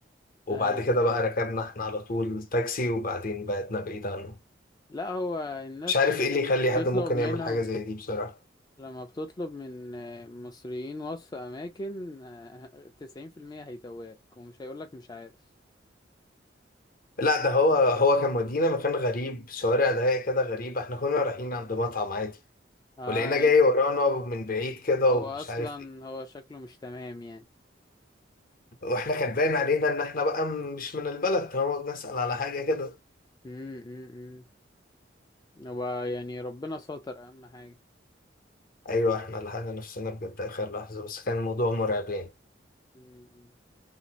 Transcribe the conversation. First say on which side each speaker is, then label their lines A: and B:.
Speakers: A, on the left; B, on the left.
A: وبعد
B: ايوه
A: كده
B: ايوه
A: بقى ركبنا احنا على طول تاكسي وبعدين بعدنا بعيد عنه
B: لا هو الناس
A: مش عارف
B: لما
A: ايه اللي يخلي
B: بتطلب
A: حد ممكن
B: منهم
A: يعمل حاجة زي دي بصراحة
B: لما بتطلب من آه، مصريين وصف اماكن آه، تسعين في المية هيتوهك ومش هيقولك مش عارف
A: لا ده هو هو كان مودينا مكان غريب شوارع ضيقة كده غريبة احنا كنا رايحين عند مطعم عادي
B: اه
A: ولقينا
B: يعني
A: جاي ورانا من بعيد كده
B: هو
A: ومش
B: اصلا
A: عارف ايه
B: هو شكله مش تمام يعني
A: واحنا كان باين علينا ان احنا بقى م- مش من البلد طالما نسأل على حاجة كده
B: امم امم هو يعني ربنا ساتر اهم حاجة
A: ايوه احنا لحقنا نفسنا بجد اخر لحظة بس كان الموضوع مرعب يعني
B: امم